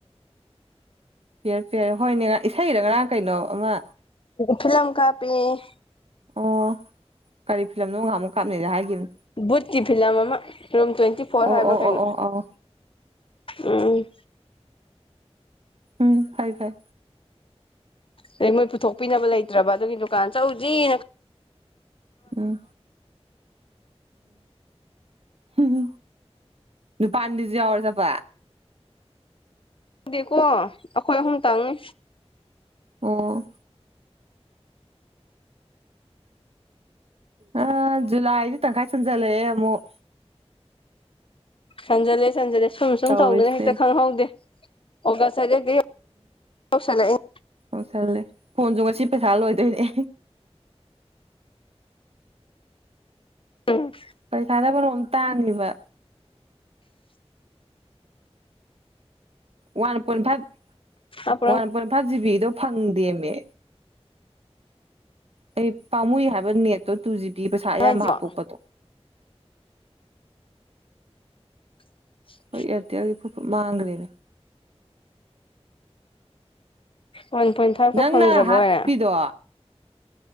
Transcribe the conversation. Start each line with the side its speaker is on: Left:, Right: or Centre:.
Right: ꯄꯤꯌ꯭ꯔ ꯄꯤꯌ꯭ꯔ ꯍꯣꯏꯅꯦ ꯏꯁꯩꯗ ꯉꯔꯥꯡ ꯀꯩꯅꯣ ꯑꯃ
Left: ꯐꯤꯂꯝ ꯀꯥꯞꯄꯦ
Right: ꯑꯣ ꯀꯔꯤ ꯐꯤꯂꯝꯅꯣ ꯉꯍꯥꯟ ꯑꯃꯨꯛ ꯀꯥꯞꯅꯦꯗ ꯍꯥꯏꯈꯤꯕꯅꯤ
Left: ꯕꯨꯠꯀꯤ ꯐꯤꯂꯝ ꯑꯃ ꯔꯨꯝ ꯇ꯭ꯋꯦꯟꯇꯤ ꯐꯣꯔ
Right: ꯑꯣ
Left: ꯍꯥꯏꯕ꯭ꯔꯥ
Right: ꯑꯣ
Left: ꯀꯩꯅꯣ
Right: ꯑꯣ ꯑꯣ ꯑꯣ
Left: ꯎꯝ
Right: ꯎꯝ ꯐꯩ ꯐꯩ
Left: ꯑꯗꯩ ꯃꯣꯏ ꯄꯨꯊꯣꯛꯄꯤꯅꯕ ꯂꯩꯇ꯭ꯔꯕ ꯑꯗꯨꯒꯤ ꯗꯨꯀꯥꯟ ꯆꯧꯖꯤꯅ
Right: ꯎꯝ ꯎꯝ ꯅꯨꯄꯑꯅꯤꯗꯨꯁꯨ ꯌꯥꯎꯔꯦꯆꯠꯕ
Left: ꯅꯠꯇꯦꯀꯣ ꯑꯩꯈꯣꯏ ꯑꯍꯨꯝ ꯇꯪꯅꯤ
Right: ꯑꯣ ꯑ ꯖꯨꯂꯥꯏꯗꯤ ꯇꯪꯈꯥꯏ ꯆꯪ ꯆꯜꯂꯛꯑꯦ ꯑꯃꯨꯛ
Left: ꯆꯟꯖꯜꯂꯦ ꯆꯟꯖꯜꯂꯦ ꯁꯨꯝ ꯁꯨꯝ
Right: ꯇꯧꯔꯤꯁꯦ
Left: ꯇꯧꯗꯅ ꯍꯦꯛꯇ ꯈꯪꯍꯧꯗꯦ ꯑꯣꯒꯁ ꯌꯧꯁꯟꯂꯛꯑꯦ
Right: ꯑꯣꯁꯜꯂꯦ ꯐꯣꯟꯁꯨ ꯉꯁꯤ ꯄꯩꯁꯥ ꯂꯣꯏꯗꯣꯏꯅꯦ
Left: <unintelligible>
Right: ꯄꯩꯁꯥꯅ ꯃꯔꯣꯟꯃ ꯇꯥꯡꯉꯤꯕ ꯋꯥꯟ ꯄꯣꯏꯟ ꯐꯥꯏꯚ
Left: ꯑꯄ꯭ꯔꯪ
Right: ꯋꯥꯟ ꯄꯣꯏꯟ ꯐꯥꯏꯚ ꯖꯤꯕꯤꯗꯣ ꯐꯪꯗꯦꯃꯦ ꯑꯩ ꯄꯥꯝꯃꯨꯏ ꯍꯥꯏꯕ ꯅꯦꯠꯇꯣ ꯇꯨ ꯖꯤꯕꯤ ꯄꯩꯁꯥ ꯑꯌꯥꯝꯕ
Left: ꯍꯥꯏꯁꯤꯕꯣ
Right: ꯍꯥꯞꯇꯣꯛꯄꯗꯣ
Left: <inaudible>
Right: ꯍꯣꯏ ꯑꯦꯌꯥꯔꯇꯦꯜꯒꯤ ꯐꯨꯠ ꯐꯨꯠ ꯃꯥꯡꯈ꯭ꯔꯦꯅꯦ
Left: ꯋꯥꯟ ꯄꯣꯏꯟ ꯐꯥꯏꯚꯀ
Right: ꯅꯪꯅ
Left: ꯐꯪꯗ꯭ꯔꯕ
Right: ꯍꯥꯞꯄꯤꯗꯣ
Left: ꯕꯣꯏꯔꯦ